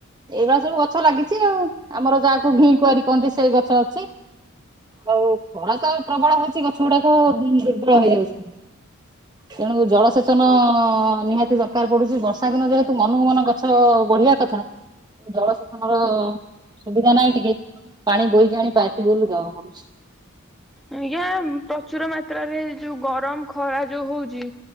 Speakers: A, on the right (about 20°); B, in the centre.
A: ଏଇଭଳିଆ ସବୁ ଗଛ ଲାଗିଛି ଆଉ ଆମର ଯାହାକୁ ଘି କୁର କହନ୍ତି ସେଇ ଗଛ ଅଛି ଆଉ ଖରା ତ ପ୍ରବଳ ହଉଛି ଗଛ ଗୁଡାକ ଦୁର୍ବଳ ହେଇଯାଉଛନ୍ତି ତେଣୁ ଜଳସେଚନ ନିହାତି ଦରକାର ପଡୁଛି ବର୍ଷ ବର୍ଷା ଦିନ ଯେହେତୁ ମନ ମନ ଗଛ ବଢିବା କଥା ଜଳସେଚନ ର ସୁବିଧା ନାହିଁ ଟିକେ ପାଣି ବୋହିକି ଆଣି ପାଟି ବଲ ଦ ପୁଛି
B: ଆଜ୍ଞା ପ୍ରଚୁର ମାତ୍ରାରେ ଯୋଉ ଗରମ ଖରା ଯୋଉ ହଉଛି